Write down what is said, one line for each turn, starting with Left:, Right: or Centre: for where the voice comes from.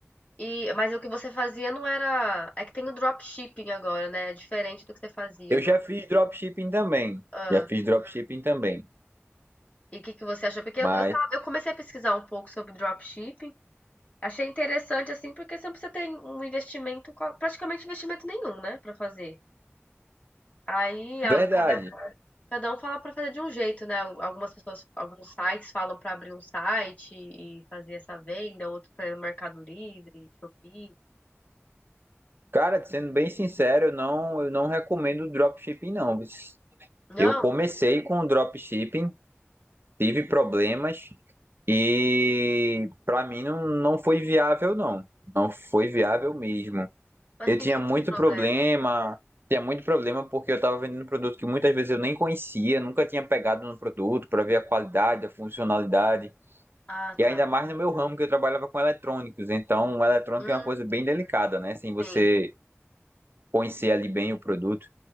Left: E, mas o que você fazia não era. É que tem o dropshipping agora, né? É diferente do que você fazia,
Right: Eu já
Left: né?
Right: fiz dropshipping também.
Left: Ah,
Right: Já fiz dropshipping também.
Left: e o que que você achou? Porque
Right: Mas,
Left: eu, eu, tava- eu comecei a pesquisar um pouco sobre dropshipping. Achei interessante, assim, porque sempre você tem um investimento, qua- praticamente investimento nenhum, né? Pra fazer. Aí
Right: verdade.
Left: a- cada, cada um fala para fazer de um jeito, né? Al- Algumas pessoas, alguns sites falam para abrir um site e fazer essa venda, outro para Mercado Livre, Shopee.
Right: Cara, sendo bem sincero, eu não, eu não recomendo dropshipping, não.
Left: Não,
Right: Eu comecei com dropshipping, tive problemas e pra mim não, não foi viável, não. Não foi viável mesmo.
Left: mas
Right: Eu
Left: que
Right: tinha
Left: tipo
Right: muito
Left: de problema?
Right: problema, tinha muito problema porque eu estava vendendo um produto que muitas vezes eu nem conhecia, nunca tinha pegado no produto para ver a qualidade, a funcionalidade,
Left: Ah,
Right: e
Left: tá.
Right: ainda mais no meu ramo que eu trabalhava com eletrônicos. Então, o eletrônico
Left: Hum,
Right: é uma coisa bem delicada, né? Sem você
Left: sim,
Right: conhecer ali bem o produto.